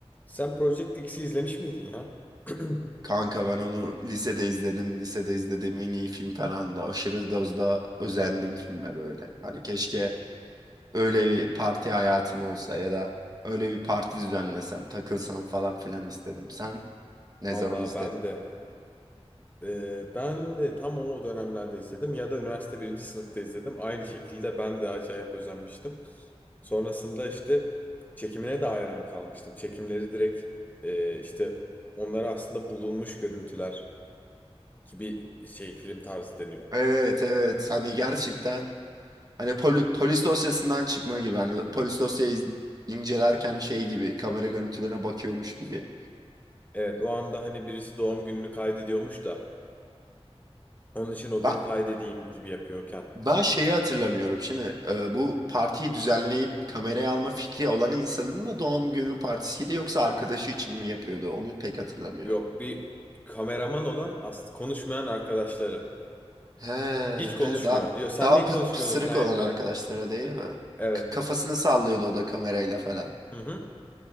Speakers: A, on the left (about 15°); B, on the right (about 35°).
A: Sen Project X'i izlemiş miydin ya? <clears throat>
B: Kanka ben onu lisede izledim. Lisede izlediğim en iyi film falan da aşırı dozda özendim filme böyle. Hani keşke öyle bir parti hayatım olsa ya da öyle bir parti düzenlesem, takılsam falan filan istedim. Sen ne
A: Vallahi
B: zaman izledin?
A: ben de e, ben de tam o dönemlerde izledim ya da üniversite birinci sınıfta izledim. Aynı şekilde ben de acayip özenmiştim. Sonrasında işte çekimine de hayran kalmıştım. Çekimleri direkt e, işte onlara aslında bulunmuş görüntüler gibi şey film tarzı deniyor.
B: Evet evet hani gerçekten hani poli- polis dosyasından çıkma gibi hani polis dosyayı iz- incelerken şey gibi kamera görüntülerine bakıyormuş gibi.
A: Evet o anda hani birisi doğum gününü kaydediyormuş da Onun için o günü
B: Ben
A: kaydedeyim gibi yapıyorken.
B: Ben şeyi hatırlamıyorum. Şimdi e, bu partiyi düzenleyip kameraya alma fikri olan insanın mı doğum günü partisiydi yoksa arkadaşı için mi yapıyordu? Onu pek hatırlamıyorum.
A: Yok bir kameraman olan as- konuşmayan arkadaşları.
B: He,
A: Hiç konuşmuyor.
B: he daha
A: Yo, sen
B: daha
A: niye
B: pı-
A: konuşmuyordun
B: pısırık
A: falan
B: olan
A: yapıyorlardı.
B: arkadaşlara değil mi?
A: Evet.
B: K- kafasını sallıyordu o da kamerayla falan.
A: Hı hı.